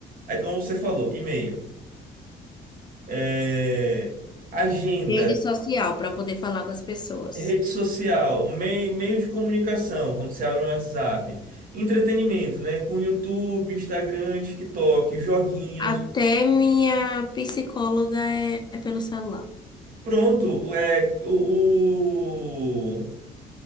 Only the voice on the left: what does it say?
rede social para poder falar com as pessoas.
Até minha psicóloga é, é pelo celular.